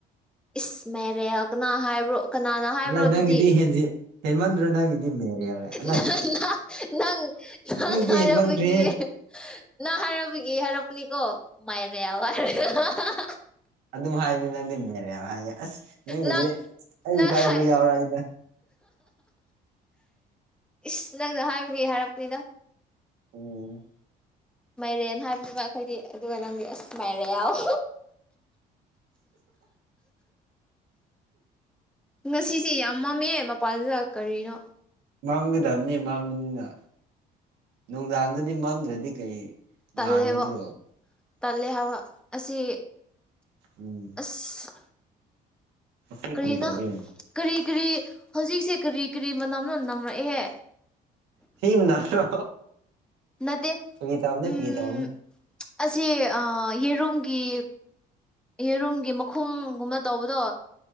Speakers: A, in the centre; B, on the right.
A: ꯏꯁ ꯃꯦꯔꯦꯜ ꯀꯅꯥ ꯍꯥꯏꯕ꯭ꯔꯣ ꯀꯅꯥꯅ ꯍꯥꯏꯕ꯭ꯔꯣ
B: ꯑꯂ
A: ꯑꯗꯨꯗꯤ
B: ꯅꯪꯒꯤꯗꯤ ꯍꯦꯟꯖꯤ ꯍꯦꯟꯃꯟꯗ꯭ꯔꯣ ꯅꯪꯒꯤꯗꯤ ꯃꯦꯔꯦ ꯌꯥꯎꯋꯦ ꯑꯂ
A: ꯅꯪꯅ ꯅꯪ ꯅꯪ
B: ꯅꯪꯒꯤꯗꯤ
A: ꯍꯥꯏꯔꯛꯄꯒꯤ
B: ꯍꯦꯟꯃꯟꯈ꯭ꯔꯦ
A: ꯅꯪ ꯍꯥꯏꯔꯛꯄꯒꯤ ꯍꯥꯏꯔꯄꯅꯤꯀꯣ ꯃꯥꯏꯔꯦꯜ ꯍꯥꯏꯔꯒ
B: ꯑꯗꯨꯝ ꯍꯥꯏꯕꯅꯤ ꯅꯪꯗꯤ ꯃꯦꯔꯦꯜ ꯍꯥꯏꯌꯦ ꯑꯁ ꯅꯪꯒꯤꯗꯤ
A: ꯅꯪ
B: ꯑꯩ
A: ꯅꯪ
B: ꯀꯥꯏꯕ
A: ꯍꯥꯏ
B: ꯌꯥꯎꯔꯛ ꯑꯦꯗ
A: ꯏꯁ ꯅꯪꯅ ꯍꯥꯏꯕꯒꯤ ꯍꯥꯏꯔꯛꯄꯅꯤꯗ
B: ꯎꯝ
A: ꯃꯥꯏꯔꯦꯟ ꯍꯥꯏꯕꯅꯦꯕ ꯑꯩꯈꯣꯏꯗꯤ ꯑꯗꯨꯒ ꯅꯪꯒꯤ ꯑꯁ ꯃꯥꯏꯔꯦꯜ ꯉꯁꯤꯁꯦ ꯌꯥꯝ ꯃꯝꯃꯦ ꯃꯄꯥꯟꯁꯤꯗ ꯀꯔꯤꯅꯣ
B: ꯃꯝꯒꯗꯕꯅꯦ ꯃꯝꯕꯅꯤꯅ ꯅꯨꯡꯗꯥꯡꯗꯗꯤ ꯃꯝꯗ꯭ꯔꯗꯤ ꯀꯩ
A: ꯇꯜꯂꯦꯕ
B: ꯉꯥꯟꯒꯗ꯭ꯔꯣ
A: ꯇꯜꯂꯦ ꯍꯥꯕ ꯑꯁꯤ
B: ꯎꯝ
A: ꯏꯁ
B: ꯉꯁꯤ
A: ꯀꯔꯤꯅꯣ
B: ꯀꯔꯤ ꯇꯧꯒꯦ
A: ꯀꯔꯤ ꯀꯔꯤ ꯍꯧꯖꯤꯛꯁꯦ ꯀꯔꯤ ꯀꯔꯤ ꯃꯅꯝꯅꯣ ꯅꯝꯃꯛꯑꯦ
B: ꯊꯤ ꯃꯅꯝꯔꯣ
A: ꯅꯠꯇꯦ
B: ꯐꯒꯤꯇꯧꯕꯅꯦ
A: ꯎꯝ
B: ꯐꯒꯤꯇꯧꯕꯅꯦ
A: ꯑꯁꯤ ꯑꯥ ꯌꯦꯔꯨꯝꯒꯤ ꯌꯦꯔꯨꯝꯒꯤ ꯃꯈꯨꯝꯒꯨꯝꯕ ꯇꯧꯕꯗꯣ